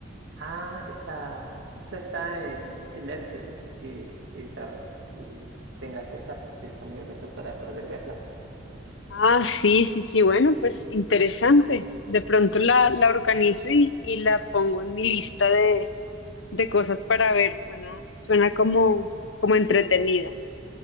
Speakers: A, on the right; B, on the left.
A: Ah, esta, esta está en, en Netflix, no sé si, si, traba- si tengas esta disponible tú para poder verla.
B: Ah, sí, sí, sí. Bueno, pues interesante. De pronto la, la organizo y, y la pongo en mi lista de, de cosas para ver. Suena, suena como, como entretenida.